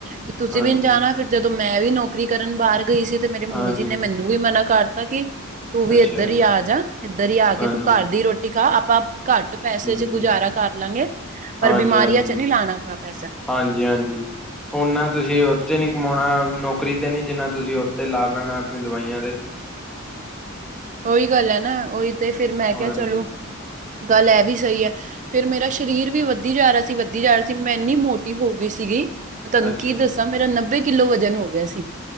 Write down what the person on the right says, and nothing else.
ਵੀ ਤੁਸੀਂ
ਵੀ ਨਹੀਂ ਜਾਣਾ ਫਿਰ ਜਦੋਂ ਮੈਂ ਵੀ ਨੌਕਰੀ ਕਰਨ ਬਾਹਰ ਗਈ ਸੀ ਤੇ ਮੇਰੀ ਮੰਮੀ
ਜੀ ਨੇ ਮੈਨੂੰ ਵੀ ਮਨਾ ਕਰਤਾ ਕਿ ਤੂੰ ਵੀ
ਇੱਧਰ ਹੀ
ਆ ਜਾ ਇੱਧਰ ਹੀ ਆ
ਕੇ ਤੂੰ ਘਰ ਦੀ ਰੋਟੀ ਖਾ ਆਪਾਂ ਘੱਟ ਪੈਸੇ
ਚ ਗੁਜ਼ਾਰਾ ਕਰ ਲਾਂਗੇ, ਪਰ
ਬਿਮਾਰੀਆਂ
ਚ ਨਹੀਂ ਲਾਣਾ ਆਪਣਾ ਪੈਸਾ
ਉਹੀ ਗੱਲ ਹੈ ਨਾ ਉਹੀ ਤੇ ਫਿਰ ਮੈਂ ਕਿਹਾ
ਚਲੋ, ਗੱਲ ਇਹ ਵੀ ਸਹੀ ਹੈ ਫੀਰ ਮੇਰਾ ਸਰੀਰ ਵੀ ਵੱਧਦੀ ਜਾ ਰਿਹਾ ਸੀ, ਵੱਧਦੀ ਜਾ ਰਿਹਾ ਸੀ ਮੈਂ ਇੰਨੀ ਮੋਟੀ ਹੋ ਗਈ ਸੀਗੀ। ਮੈਂ ਤੁਹਾਨੂੰ
ਕੀ
ਦੱਸਾਂ ਮੇਰਾ ਨੱਬੇ ਕਿੱਲੋ ਵਜ਼ਨ ਹੋ ਗਿਆ ਸੀ,